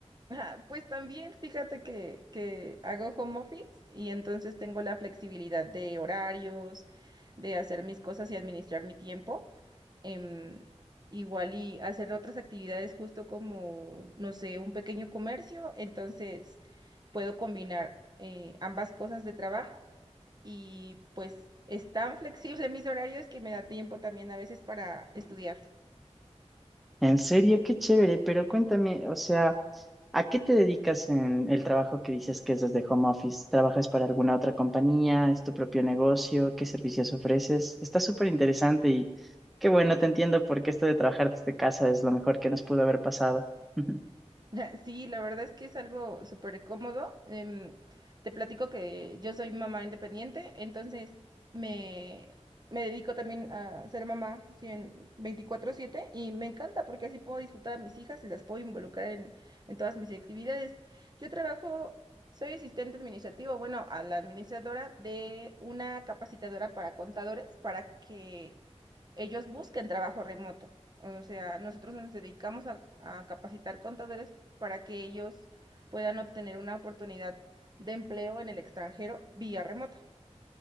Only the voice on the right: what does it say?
Ah, pues también, fíjate que, que hago home office y entonces tengo la flexibilidad de horarios, de hacer mis cosas y administrar mi tiempo. Em, igual y hacer otras actividades justo como, no sé, un pequeño comercio. Entonces puedo combinar eh, ambas cosas de trabajo y pues es tan flexible mis horarios que me da tiempo también a veces para estudiar.
<laughs> Sí, la verdad es que es algo súper cómodo. Em, te platico que yo soy mamá independiente, entonces me, me dedico también a ser mamá 100 24/7 y me encanta porque así puedo disfrutar a mis hijas y las puedo involucrar en, en todas mis actividades. Yo trabajo, soy asistente administrativo, bueno, a la administradora de una capacitadora para contadores para que ellos busquen trabajo remoto. O sea, nosotros nos dedicamos a, a capacitar contadores para que ellos puedan obtener una oportunidad de empleo en el extranjero vía remota.